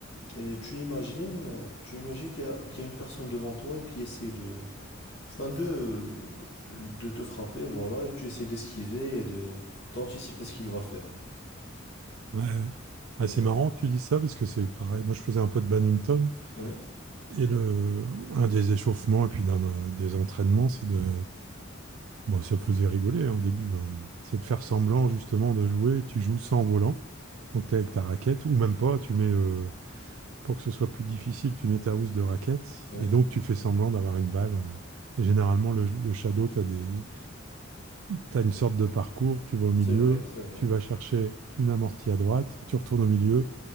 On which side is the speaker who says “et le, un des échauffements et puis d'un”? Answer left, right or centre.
Right